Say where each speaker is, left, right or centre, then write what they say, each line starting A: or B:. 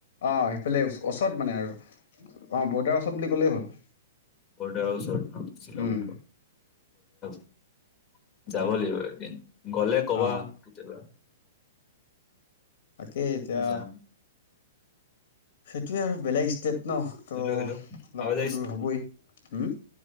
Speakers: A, on the left; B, on the left.
A: অ', সেইফালে ওচৰত মানে আৰু অ', বৰ্ডাৰ ওচৰত বুলি ক'লেই হ'ল।
B: বৰ্ডাৰ ওচৰত নাই শ্বিলং
A: উম
B: <unintelligible>
A: ত'
B: যাব লাগিব এদিন গ'লে কবা
A: আহ
B: কেতিয়াবা।
A: তাকে এতিয়া
B: যাম
A: সেইটোৱে আৰু বেলেগ ষ্টেট ন তো
B: হেল্ল' হেল্ল'
A: অলপতো
B: আৱাজ
A: দূৰ হ'বই হুম।